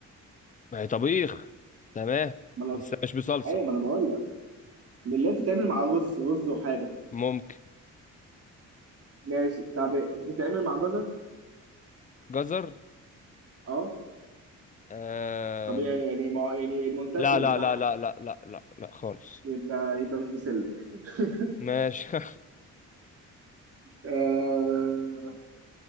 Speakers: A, on the left (about 25°); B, on the right (about 50°).
A: ما هي طبيخ تمام
B: ما أنا
A: بس مش بصلصه
B: أيوه ما أنا بقول لك من اللي هي بتتعمل مع رز رز وحاجه
A: ممكن
B: ماشي طب بتتعمل مع جزر
A: جزر
B: اه
A: آه...
B: طبيعي يعني ما يعني المنتشر
A: لا لا
B: بتاعها
A: لا لا لا لا لا لا خالص
B: يبقى يبقى مش بسله <laughs>
A: ماشي <laughs>
B: آه...